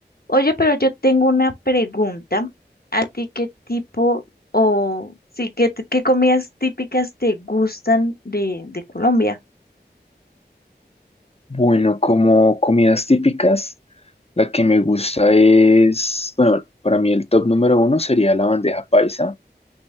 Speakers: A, on the left (about 60°); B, on the left (about 35°).
A: Oye, pero yo tengo una pregunta. ¿A ti qué tipo o sí, qué, t- qué comidas típicas te gustan de, de Colombia?
B: Bueno, como comidas típicas, la que me gusta es, bueno, para mí el top número uno sería la bandeja paisa,